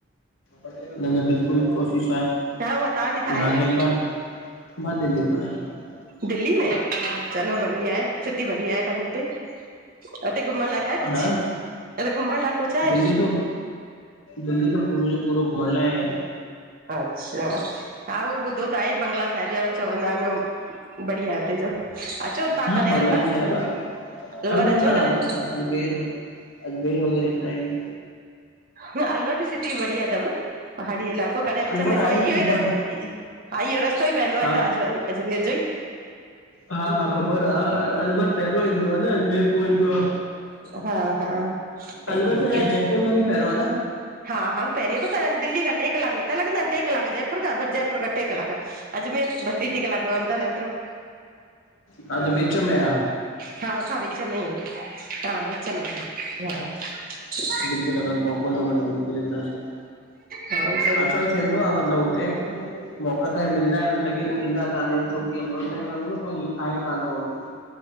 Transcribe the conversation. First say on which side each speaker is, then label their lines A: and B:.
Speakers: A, on the left; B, on the right.
A: न- न बिल्कुलु कोशिश आहे
B: हा मां तव्हां किथां
A: की
B: आहियो
A: हाडे हिकु बार मां दिल्ली मां आहियां
B: दिल्ली में चलो बढ़िया आहे। सिटी बढ़िया आहे। तव्हांजे हिते घुमण लाइक आहे कुझ?
A: हा
B: अ इते घुमर लाूंए कुछ आहे?
A: दिल्ली तो दिल्ली त पूरो जो पूरो घुमंण लाए आहे।
B: अच्छा हा उहो ॿुधो त आहे बंगला साहिब जा चवंदा आहिनि बढ़िया आहे हुते जो अचो तव्हां
A: हा
B: कॾहिं
A: बंगला
B: अलवर
A: साहिब आहे।
B: अलवर
A: हलो न
B: अचो कॾहिं
A: असां अजमेर अजमेर वग़ैरह हित आहियूं
B: हुंअ अलवर बि सिटी बढ़िया तव पहाड़ी इलाक़ो कॾहिं विच
A: अलवर
B: में
A: आहे
B: हा इह्यो
A: ख़बर
B: ई रस्त हा इह्यो रस्तो ई पएंदो
A: हा
B: आ हितां अज अजमेर जो ई।
A: हा हा ख़बर आ अलवर पहिरियों ईंदो आ न अजमेर पो ईंदो आ।
B: हा हा। ईंदो
A: अलवर त शायद
B: आहे
A: जयपुर खां बि पहिरों आ न?
B: हा हा पहिरी बसं दिल्ली क टे कलॉक हितां लगंदा इनि, टे कलॉक जयपुर खां बस जयपुर खा टे कलाकअजमेर बस टी - टी कलाक जो अन्तर आ हेतिरो।
A: हा त विच मे आ?
B: हा असां विच में ई आहियुं हा विच में आहियु हा।
A: बिल्कुल अगर मौको लॻो त बिल्कुल ईंदासीं।
B: हा ज़रूर
A: अचण थींदो आ मतिलबु हुते मौक़ा त मिलदा इनि लेकीन ईंदा कान्ह आहियुं छोकी अल्वर में असांजो न कोई आहे कान्ह नोन